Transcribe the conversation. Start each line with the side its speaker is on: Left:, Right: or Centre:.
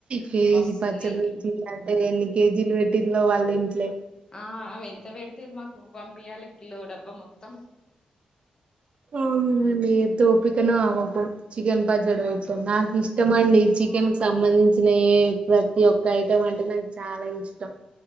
Right: కేజీ
Left: మస్తుంది
Right: పచ్చడి పెట్టిల్లంటే అంటే ఎన్ని కేజీలు పెట్టి లో వాళ్లింట్లే.
Left: ఆ ఆమె ఎంత పెద్త్ - తే మాకు పంపియాలి కిలో డబ్బా మొత్తం
Right: అ అవును అండి ఎంత ఓపికనో ఆమెకు - గెంపా జడు వ
Left: ఆ
Right: ఇయి నాకు ఇష్ట ఇష్టం అండి చికెన్ కు సంబంధించిన ఏ ప్రతి ఒక్క ఐటెం అంటే నాకు చాలా ఇష్టం